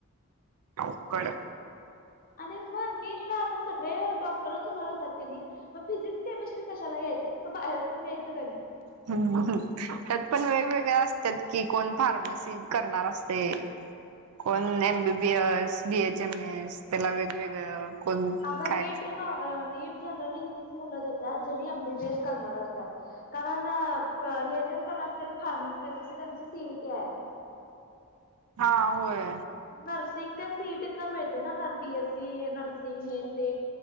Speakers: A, on the right; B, on the left.
A: अवघड.
B: आणि मग नीटला आता सगळे डॉक्टरच होणार असत्यात कनी. मग फिजिक्स केमिस्ट्री कशाला घ्यायच फक्त बाहेरातच यायचं कनी.
A: त्यात पण वेगवेगळ्या असतात कि कोण फार्मसी करणार असतय. कोण एमबीबी एस बीएच एमएस त्याला वेगवेगळं- कोण
B: अग
A: काय
B: नीट नीट जनरली हेचीच मुल देत्यात जेनी एमबीबीएस. करणार असत्यात कारण हे तेन करणार फार्मसी ब्रिमसी त्यांची सीईटी आहे?
A: हा होय
B: नर्सिंग ते सीएटी मिळतय ना नर बीएससी नर्सिंग हे ते.